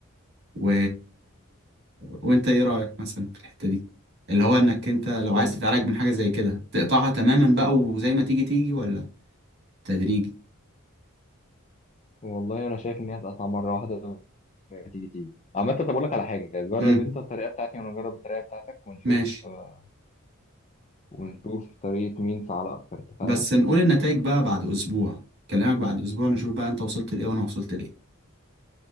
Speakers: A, on the right (about 50°); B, on the left (about 30°).
A: و... وانت ايه رايك مثلا في الحته دي اللي هو انك انت لو
B: آه.
A: عايز تتعالج من حاجه زي كده تقطعها تماما بقى وزي ما تيجي تيجي ولا تدريجي
B: والله انا شايف ان هي هتقطع مره واحده تيجي تيجي عامة طب اقول لك على حاجة جرب
A: امم
B: انت الطريقة بتاعتي وانا اجرب الطريقة بتاعتك ونشوف
A: ماشي
B: آه، ونشوف طريقة مين فعالة اكتر اتفقنا؟
A: بس نقول النتائج بقى بعد اسبوع كلامك بعد اسبوع نشوف بقى انت وصلت لايه وانا وصلت لايه